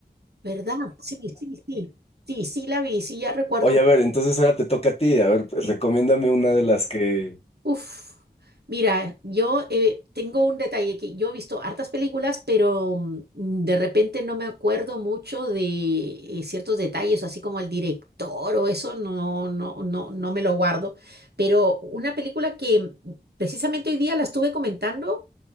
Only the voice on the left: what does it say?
Oye,
a ver, entonces ahora te toca a ti. A ver, pues, recomiéndame una de las que.